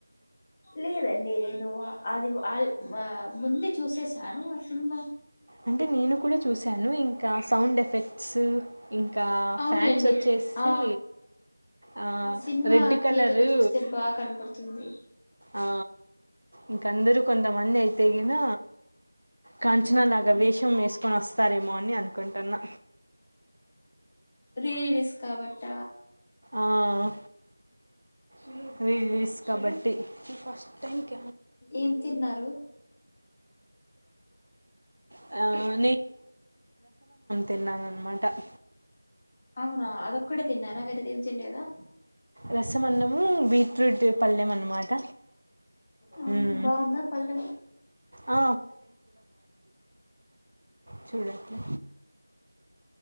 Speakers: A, on the left (about 15°); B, on the right (about 55°).
A: లేదండి నేను అది వాళ్ ఆ ముందు చూసేసాను ఆ సినిమా
B: అంటే నేను కూడా చూసాను ఇంకా సౌండ్ ఎఫెక్ట్స్ ఇంకా
A: అవునండి
B: ఫ్యాన్స్ వచ్చేసి
A: ఆ
B: ఆ
A: సినిమా
B: రెడ్ కలరు
A: థియేటర్ లో చూస్తే బాగా కనపడుతుంది
B: ఆ ఇంకందరు కొంతమంది అయితే గిన కాంచనా
A: ఉమ్
B: ఇగ
A: అవును
B: వేషం వేసుకొని వస్తారేమో అని అనుకుంటున్నా.
A: రిలీస్ కాబట్ట
B: ఆహ్ ఆహ్ రిలీస్ కాబట్టి ఫస్ట్ థంక్యూ
A: ఏం తిన్నారు
B: ఆ తిన్నాననమాట.
A: అవునా అదకుడి తిన్నారా వేరదేం చెల్లేదా
B: రసం అన్నము బీట్రూట్ పళ్ళెం అన్నమాట
A: ఆ
B: మ్మ్.
A: బాగుందా పల్ం
B: ఆ, చూడాట్లే